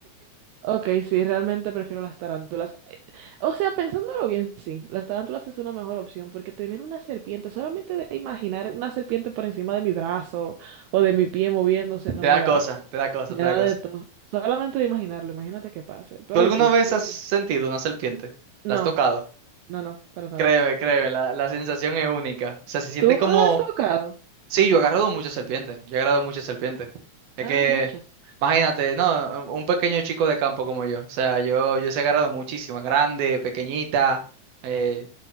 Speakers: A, on the right; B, on the right.
A: okay sí, realmente prefiero las tarántulas. Eh, O sea, pensándolo bien, sí, las tarántulas es una mejor opción, porque tener una serpiente, solamente de imaginar una serpiente por encima de mi brazo o de mi pie moviéndose, no
B: te da
A: me da,
B: cosa, te da cosa,
A: Me
B: te
A: da
B: da cosa.
A: de todo. Solamente de imaginarlo, imagínate qué pase. Pero
B: ¿Tú alguna
A: ¿y tú?
B: vez
A: Tú-
B: has sentido una serpiente?
A: No,
B: ¿La has tocado?
A: no, no, para nada.
B: Créeme, créeme, la, la sensación es única. O sea, se siente
A: ¿Tú
B: como...
A: la has tocado?
B: Sí, yo he agarrado muchas serpientes, yo he agarrado muchas serpientes. Es
A: Hay
B: que,
A: muchas.
B: imagínate, no, un pequeño chico de campo como yo. O sea, yo, yo se he agarrado muchísimas, grande, pequeñita. eh,